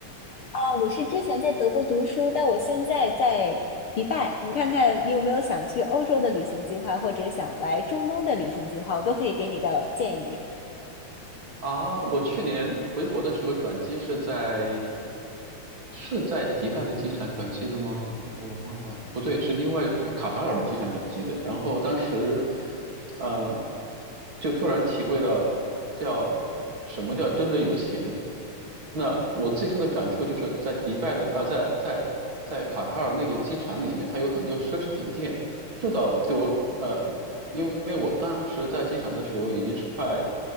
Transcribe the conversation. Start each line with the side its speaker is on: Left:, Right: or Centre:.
Left: 啊，我是之前在德国读书，但我现在在迪拜。你看看你有没有想去欧洲的旅行计划，或者想来中东的旅行计划，我都可以给你个建议。
Right: 啊，我去年回国的时候转机是在是在迪拜的机场转机的吗？啊我忘了，不对，是另外一个卡塔尔的机场转机的。然后当时，呃，就突然体会到叫什么叫真的有钱。那我最深的感触就是在迪拜的，呃，在在在卡塔尔那个机场里面，它有很多奢侈品店，这倒对我呃因为我当时在机场的时候已经是快